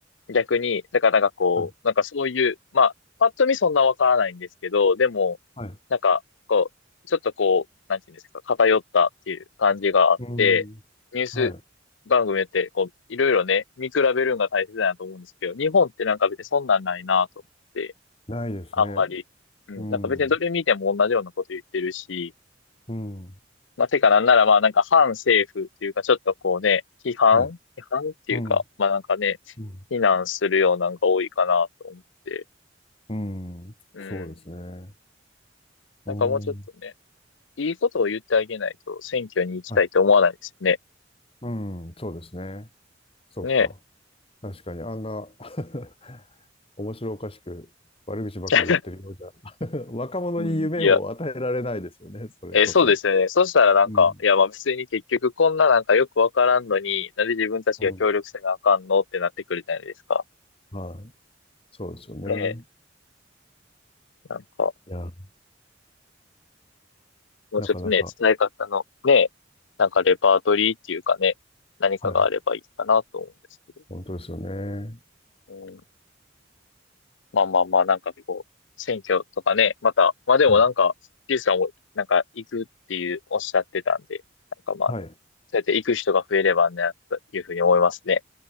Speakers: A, on the left; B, on the left.
A: 逆に、だからなんかこう、
B: はい。
A: なんかそういう、まあ、パッと見そんなわからないんですけど、でも、
B: はい。
A: なんか、こう、ちょっとこう、なんていうんですか、偏ったっていう感じがあって、
B: うん。
A: ニュース
B: はい。
A: 番組って、こう、いろいろね、見比べるのが大切だなと思うんですけど、日本ってなんか別にそんなんないなと思って、
B: ないですね。
A: あんまり、うん、
B: うん、
A: なんか別にどれ見ても同じようなこと言ってるし、
B: うん、
A: まあ、てかなんならまあなんか反政府っていうかちょっとこうね、批判批判っていうか、
B: はい。うん、
A: まあなんかね、
B: うん。
A: 非難するようなんが多いかなと思って。
B: うん、
A: うん。
B: そうですね。うん、
A: なんかもうちょっとね、いいことを言ってあげないと選挙に行きたいと思わないですよね。
B: はい。うん、そうですね。そっか。
A: ねえ。
B: 確かに、あんな <laughs> 面白おかしく悪口ばっかり言ってるようじゃ、
A: <laughs>
B: <laughs> 若者に夢を与えられないですよね、
A: うん、いや、
B: それこそ。
A: えーそうですよね。そしたらなんか、
B: うん、
A: いやまあ別に結局こんななんかよくわからんのに、なんで自分たちが協力せなあかんのってなってくるじゃないですか。
B: うん、はい。そうですよね。
A: ねえ。なんか。
B: いや、
A: もうちょっとね、
B: なかなか、
A: 伝え方のね、なんかレパートリーっていうかね、何かがあればいいかなと思うんですけど。
B: はい。本当ですよね。
A: うん、まあまあまあ、なんかこう、選挙とかね、また、まあでもなんか、
B: はい。
A: ジュースさんもなんか行くっていうおっしゃってたんで、なんかまあね、
B: はい。
A: そうやって行く人が増えればね、というふうに思いますね。